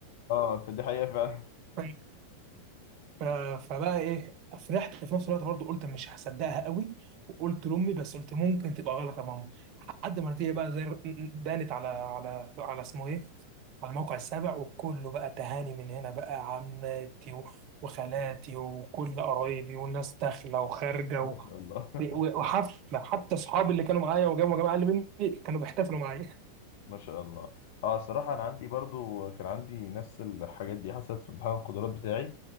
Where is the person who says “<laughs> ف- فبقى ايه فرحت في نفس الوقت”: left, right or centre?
Right